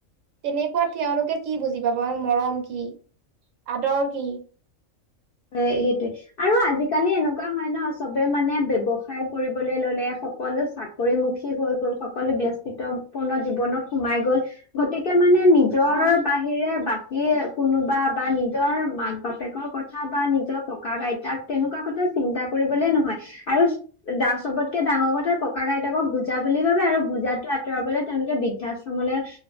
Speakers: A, on the right; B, on the left.
A: তেনেকুৱা তেওঁলোকে কি বুজি পাব মৰম কি আদৰ কি
B: অ' সেইটোৱে। আৰু আজিকালি এনেকুৱা হয় ন চবে মানে ব্ৱসায় কৰিবলৈ ললে সকলো চাকৰিমুখী হৈ গ'ল সকলোৱে ব্যস্তিত্বপূৰ্ণ জীৱনত সোমাই গল গতিকে মানে নিজৰ
A: হয়।
B: বাহিৰে বাকী কোনোবা বা নি নিজৰ মাক বাপেকৰ কথা বা নিজৰ ককা আইতাক তেনেকুৱা কথা চিন্তা কৰিবলে নহয়। আৰু দা চবতকে ডাঙৰ কথা ককা গইতাকক বুজা বুলি ভাবে আৰু বুজাতটো আঁতৰাবলে তেওঁলোকে বি বৃদ্ধাশ্ৰমলৈ